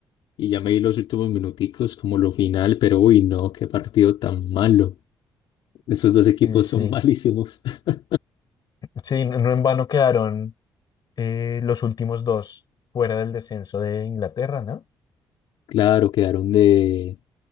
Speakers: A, on the left (about 80°); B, on the left (about 55°).
A: Y ya me di los últimos minuticos como lo final, pero uy, no, qué partido tan malo. Esos dos
B: Sí,
A: equipos
B: sí.
A: son malísimos. <laughs>
B: Sí, no no en vano quedaron eh, los últimos dos fuera del descenso de Inglaterra, ¿no?
A: Claro, quedaron de...